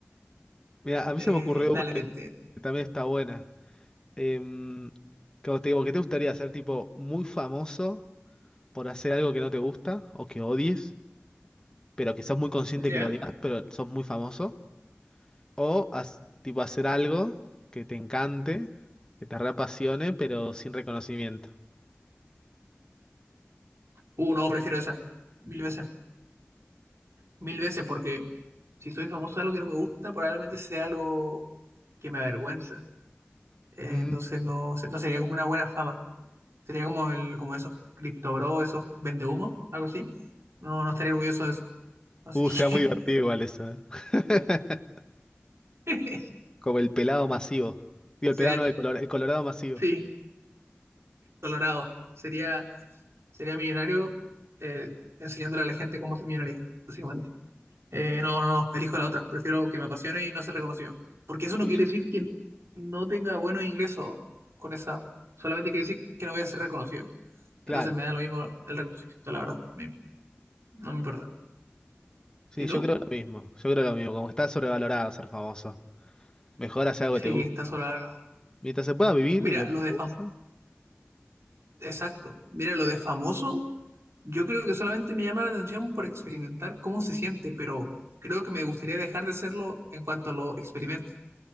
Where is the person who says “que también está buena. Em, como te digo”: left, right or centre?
Left